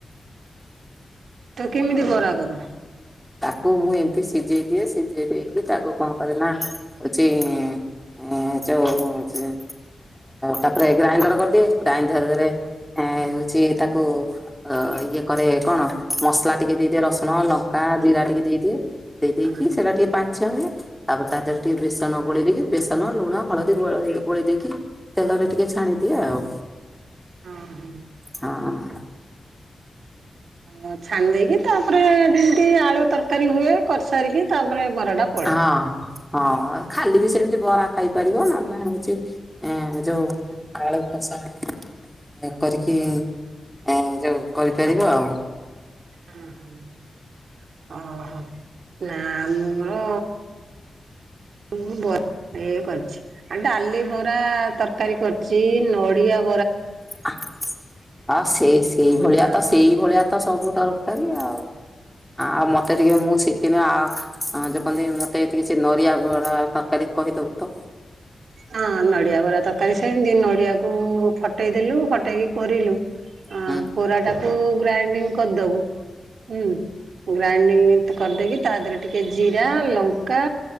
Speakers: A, on the right; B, in the centre.
A: ତାକୁ କେମିତି ବରା କର?
B: କୁ ମୁଁ ଏମିତି ସିଜେଇ ଦିଏ ସିଝେଇ ଦେଇକି ତାକୁ କଣ କରେ ନା ହଉଛି ଇଁ ଏଁ ଯୋଉ ହଉଛି ତାପରେ ଗ୍ରାଇଣ୍ଡର କରିଦିଏ। ଗ୍ରାଇଣ୍ଡରରେ ଏଁ ହଉଛି ତାକୁ ଅ ଇଏ କରେ। ଏ କଣ? ମସଲା ଟିକେ ଦେଇଦିଏ ରସୁଣ, ଲଙ୍କା, ଜିରା ଟିକେ ଦେଇଦିଏ ଦେଇ ଦେଇକି
A: ହଁ
B: ସେଇଟା ଟିକେ ପାଣଚିଆ ହୁଏ। ତାପରେ ତା ଦେହରେ ଟିକେ ବେସନ ଗୋଳେଇ ଦେଇକି ବେସନ, ଲୁଣ, ହଳଦୀ ଗୋଳଇ ଗୋଳେଇ ଦେଇକି ତେଲରେ ଟିକେ ଛାଣି ଦିଏ ଆଉ।
A: ଅ ହୁଁ।
B: ହଁ
A: ଆଉ ଛାଣି ଦେଇକି ତାପରେ ଯେମିତି ଆଳୁ ତରକାରୀ ହୁଏ କରସାରିକି ତାପରେ ବରାଟା ପଡେ।
B: ହଁ। ହଁ ଖାଲି ବି ସେମିତି ବରା ଖାଇପାରିବ ନହେଲେ ନାଇଁ ହଉଚି ଏଁ ଯୋଉ ଆଳୁ କଷା। ହଁ କରିକି ଆଉ ଯୋଉ କରିପାରିବୁ ଆଉ।
A: ହୁଁ ହୁଁ ଅହୋ ନା ମୁଁ ମୋର ମୁଁ ବ ଏଇ ଏଇ କରିଛି। ଆଉ ଡାଲି ବରା ତରକାରୀ କରଚି ନଡ଼ିଆ
B: ଆ ଆଉ ସେଇ ସେଇ ଭଳିଆ
A: ଆଉ
B: ତ ସେଇ ଭଳିଆ ତ ସବୁ ତରକାରୀ ଆ ଆଉ ମତେ ଟିକେ ମୁଁ ଶିଖିନି ଆ ହଁ ଯୋଉ କହନ୍ତି ମତେ ଟିକେ ସେ ନଡିଆ ବରା ତରକାରୀ କହିଦବୁ ତ।
A: ହଁ ନଡିଆ ବରା ତରକାରୀ ସେମିତି ନଡିଆକୁ ଫଟେଇ ଦେଲୁ ଫଟେଇ କରିଲୁ ଆଉ
B: ହୁଁ
A: କୋରାଟାକୁ ଗ୍ରାଇଣ୍ଡିଂ କରଦବୁ। ହୁଁ। ଗ୍ରାଇଣ୍ଡିଙ୍ଗ କରଦେଇକି ତା ଦେହରେ ଟିକେ ଜିରା, ଲଙ୍କା